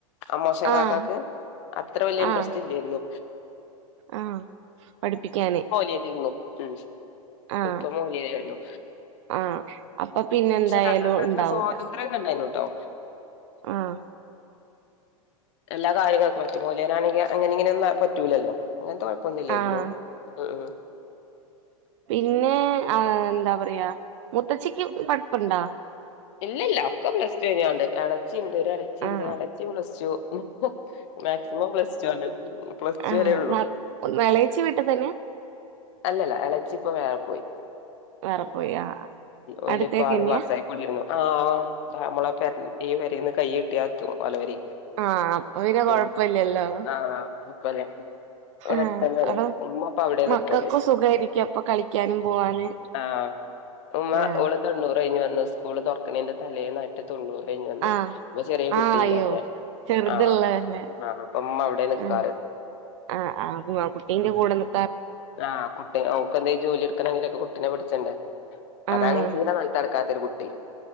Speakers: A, on the left; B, on the right.
A: അമോശൻ കാക്കാക്ക്
B: ആഹ്
A: അത്ര വല്ല്യ ഇൻഡ്രസ്റ്റ്
B: ആഹ്
A: ഇല്ല്യാര്ന്നു.
B: ആഹ് പഠിപ്പിക്കാന്
A: മോലേരെരുന്നു ഉം.
B: ആഹ്
A: ഉപ്പ മോലേരെരുന്നു.
B: ആഹ് അപ്പൊ പിന്നെ എന്തായാലും
A: ക്ഷെ ഞങ്ങക്കൊക്കെ
B: ഉണ്ടാവൂല
A: സ്വാതന്ത്ര്യം ഒക്കെണ്ടായിന്നുട്ടോ.
B: ആഹ്
A: എല്ലാ കാര്യങ്ങക്കും പറ്റും മൊലേരാണെങ്കി അങ്ങനിങ്ങനെ ഒന്നും താ പറ്റൂലല്ലോ. അങ്ങനത്തെ കൊഴപ്പൊന്നുല്ലായിരുന്നു
B: ആഹ്
A: ഉം ഉം.
B: പിന്നെ ആ എന്താപറയാ മുത്തച്ചിക്ക് പഠിപ്പ്ണ്ടാ?
A: ഇല്ലല്ല ഒക്കെ പ്ലസ് ടു കയിഞ്ഞാണ്ട്. ഇളച്ചി ഉണ്ട് ഒരഇളച്ചിണ്ട്
B: ആഹ്
A: ഇളച്ചി plus two. Maximum plus two ആണ്. പ്ലസ്
B: ആഹ്
A: ടു വര ഉള്ളു.
B: എളേച്ചി വീട്ടി തന്നെയാ
A: അല്ലല്ല എളച്ചിപ്പൊ വേറെ പോയി.
B: വേറെ പോയി ആ
A: ഓൽ
B: അടുത്തേക്കന്നെയാ
A: ഇപ്പ ആറു മാസയികൂടിരുന്നു. ആ ആ. നമ്മളെ പേ ഈപേരെന്ന് കയ് നീട്ടിയാത്തും. ഓലെ പെരേയ്ക്.
B: ആഹ് അപ്പൊ പിന്നെ കൊഴപ്പല്ലല്ലോ
A: ഉം ആ ആ അപ്പലെ. ഇവിടെ
B: ആഹ്
A: അടുതന്നെണ്
B: അപ്പൊ
A: ഉമ്മപ്പ അവിടാനിക്ക.
B: മക്കൾക്കും
A: ൽ
B: സുഖായിരിക്കും അപ്പൊ കളിക്കാനും പോവാന്
A: ആഹ ഉമ്മ
B: ആഹ്
A: ഓള് തോന്നൂറ് കഴിഞ് വന്നു ഉസ്കൂള്. തുറക്കണെന്റെ തലേനായിട്ട് തൊണുർകഴിഞ്ഞ് വന്നേ.
B: ആഹ്
A: ഇപ്പൊ ചെറിയ കുട്ടി ഇളലെ.
B: അയ്യോ ചെറുതുള്ളതല്ലേ
A: ആഹ് ആ അപ്പം മ്മാ അവിടെ നിക്കാറ്.
B: ആഹ് ആഹ് ആ് കുട്ടീന്റെ കൂടെനി
A: ആ കുട്ടി ഓൾക്ക് എന്തേലും ജോലി എടുക്കണെങ്കിലൊക്കെ കുട്ടി. കുട്ടിനെ പിടിച്ചണ്ടെ അതാണ്
B: ആഹ്
A: തീരെ നെലത്ത്ക്കാത്തൊരു കുട്ടിം.